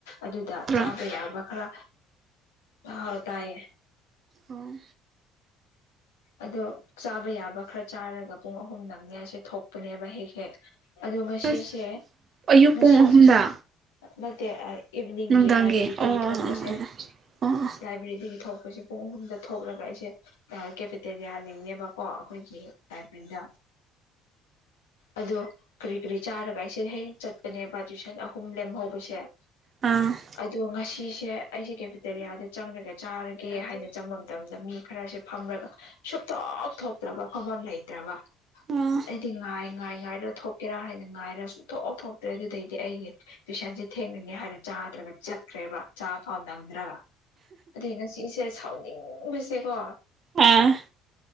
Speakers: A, on the left; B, on the right.
A: ꯑꯗꯨꯗ
B: ꯄꯨꯔꯥ
A: ꯆꯥꯕ ꯌꯥꯕ ꯈꯔ ꯑꯥ ꯍꯥꯎ ꯇꯥꯏꯌꯦ
B: ꯑꯣ
A: ꯑꯗꯣ ꯆꯥꯕ ꯌꯥꯕ ꯈꯔ ꯆꯥꯔꯒ ꯄꯨꯡ ꯑꯍꯨꯝ ꯅꯪꯅꯦꯉꯥꯏꯁꯦ ꯊꯣꯛꯄꯅꯦꯕ ꯍꯦꯛ ꯍꯦꯛ ꯑꯗꯨ ꯉꯁꯤꯁꯦ
B: ꯑꯁ ꯑꯌꯨꯛ
A: ꯉꯁꯤ
B: ꯄꯨꯡ ꯑꯍꯨꯝꯗ
A: ꯅꯠꯇꯦ ꯑꯩ ꯏꯚꯤꯅꯤꯡꯒꯤ
B: ꯅꯨꯡꯗꯥꯡꯒꯤ
A: ꯂꯥꯏꯕ꯭ꯔꯦꯔꯤꯗꯒꯤ
B: ꯑꯣ ꯑꯣ
A: ꯊꯣꯛꯄꯁꯦ
B: ꯑꯣ ꯑꯣ ꯑꯣ ꯑꯣ
A: ꯂꯥꯏꯕ꯭ꯔꯦꯔꯤꯗꯒꯤ ꯊꯣꯛꯄꯁꯦ ꯄꯨꯡ ꯑꯍꯨꯝꯗ ꯊꯣꯛꯂꯒ ꯑꯩꯁꯦ ꯀꯦꯐꯦꯇꯦꯔꯤꯌꯥ ꯅꯤꯡꯅꯦꯕꯀꯣ ꯑꯩꯈꯣꯏꯒꯤ ꯕꯔꯤꯗ ꯑꯗꯣ ꯀꯔꯤ ꯀꯔꯤ ꯆꯥꯔꯒ ꯑꯩꯁꯦ ꯍꯦꯛ ꯆꯠꯄꯅꯦꯕ ꯇꯨꯏꯁꯟ ꯑꯍꯨꯝ ꯂꯦꯝꯍꯧꯕꯁꯦ
B: ꯎꯝ
A: ꯑꯗꯣ ꯉꯁꯤꯁꯦ ꯑꯩꯁꯦ ꯀꯦꯐꯦꯇꯦꯔꯤꯌꯥꯗ ꯆꯪꯔꯒ ꯆꯥꯔꯒꯦ ꯍꯥꯏꯅ ꯆꯪꯕ ꯃꯇꯝꯗ ꯃꯤ ꯈꯔꯁꯦ ꯐꯝꯔꯒ ꯁꯨꯛꯊꯣꯛ ꯊꯣꯛꯇ꯭ꯔꯕ ꯐꯝꯕꯝ ꯂꯩꯇ꯭ꯔꯕ
B: ꯑꯣ
A: ꯑꯩꯗꯤ ꯉꯥꯏ ꯉꯥꯏ ꯉꯥꯏꯔ ꯊꯣꯛꯀꯦꯔꯥ ꯍꯥꯏꯅ ꯉꯥꯏꯔ ꯁꯨꯊꯣꯛ ꯊꯣꯛꯇ꯭ꯔꯦ ꯑꯗꯨꯗꯩꯗꯤ ꯑꯩꯅꯦ ꯇꯨꯏꯁꯟꯁꯦ ꯊꯦꯡꯉꯅꯤ ꯍꯥꯏꯔ ꯆꯥꯗ꯭ꯔꯒ ꯆꯠꯈ꯭ꯔꯦꯕ ꯆꯥꯕ ꯐꯥꯎ ꯅꯪꯗ꯭ꯔꯒ ꯑꯗꯩ ꯉꯁꯤꯁꯦ ꯁꯥꯎꯅꯤꯡꯕꯁꯦꯀꯣ
B: ꯑꯥ